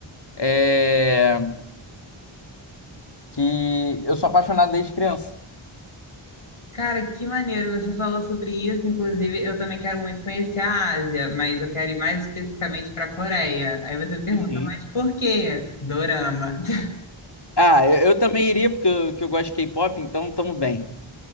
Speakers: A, on the left; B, on the left.
A: é, que eu sou apaixonado desde criança.
B: Cara, que maneiro você falou sobre isso. Inclusive, eu também quero muito conhecer a Ásia, mas eu quero ir mais especificamente para a Coreia. Aí você me pergunta,
A: Uhum.
B: mas por quê? Dorama. <laughs>
A: Ah, eu, eu também iria porque eu, que eu gosto de K-pop, então tamo bem.